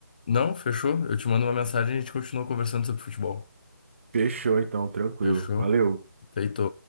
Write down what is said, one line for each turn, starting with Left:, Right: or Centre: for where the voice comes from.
Left: Não? Fechou? Eu te mando uma mensagem e a gente continua conversando sobre futebol.
Right: Fechou então, tranquilo.
Left: Fechou?
Right: Valeu.
Left: Feito.